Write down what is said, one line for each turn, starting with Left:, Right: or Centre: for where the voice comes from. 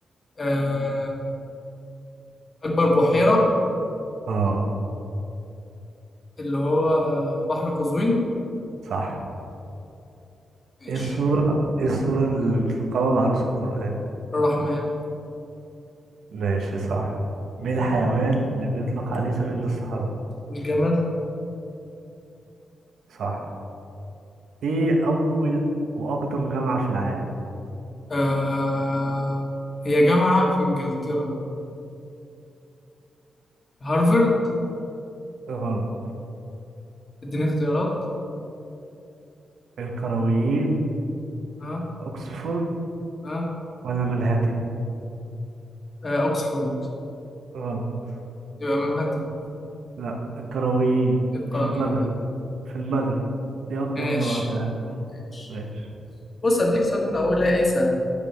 Left: آه أكبر بحيرة
Right: اه
Left: اللي هو بحر قزوين
Right: صح
Left: ماشي
Right: ايه السورة ايه السورة اللي متلقبة بعروس القرآن
Left: الرحمن
Right: ماشي صح مين الحيوان اللي بيطلق عليه سفينة الصحراء
Left: الجمل
Right: صح ايه اول واقدم جامعة في العالم
Left: آه هي جامعة في إنجلترا هارفرد
Right: غلط
Left: اديني اختيارات
Right: القرويين
Left: ها
Right: اوكسفورد
Left: ها
Right: ولا منهاتن
Left: آه، اوكسفورد
Right: غلط
Left: يبقى منهاتن
Right: لا القرويين
Left: ايه القراويين
Right: في المغرب
Left: دي
Right: في المغرب دي اقدم
Left: ماشي
Right: جامعة في العالم
Left: ماشي
Right: ماشي
Left: بص أديك سؤال من أولها إيه سهل